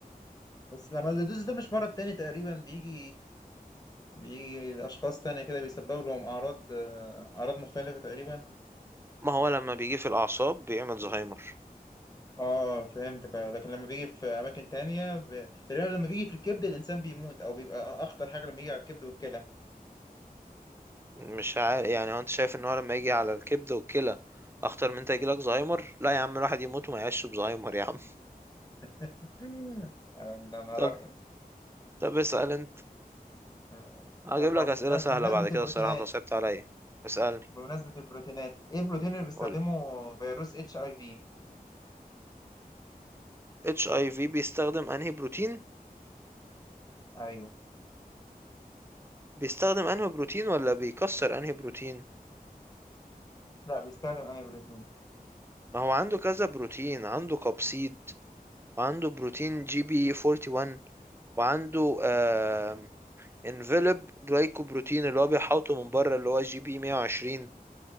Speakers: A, on the left (about 25°); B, on the right (about 15°).
A: بس الاميلودوز ده مش مرض تاني تقريبا بيجي بيجي لاشخاص تانية كده بيسبب لهم اعراض آه، اعراض مختلفه تقريبا
B: ما هو لما بيجي في الاعصاب بيعمل زهايمر
A: اه فهمتك أيوة. لكن لما بيجي في اماكن تانية ب... تقريبا لما بيجي في الكبد الانسان بيموت او بيبقى اخطر حاجة لما يجي على الكبد والكلى
B: مش عارف يعني هو انت شايف ان هو لما يجي على الكبد والكلى اخطر من انت يجيلك زهايمر لا يا عم الواحد يموت وما يعيش بزهايمر يا عم
A: <laughs> انا
B: <laughs>
A: انا رايك
B: طب طب اسأل انت
A: آه،
B: هجيب
A: طب
B: لك اسئلة
A: ن- بمناسبة
B: سهلة بعد كده
A: البروتينات
B: الصراحة انت صعبت عليا اسألني
A: بمناسبة البروتينات ايه البروتين اللي بيستخدمه
B: قول
A: فيروس اتش اي في
B: اتش اي في بيستخدم انهي بروتين
A: ايوه
B: بيستخدم انهي بروتين ولا بيكسر انهي بروتين
A: لا بيستخدم انا بروتين
B: ما هو عنده كذا بروتين عنده كابسيد وعنده بروتين جي بي 41 وعنده آه انفلوب جلايكوبروتين اللي هو بيحوطه من بره اللي هو جي بي 120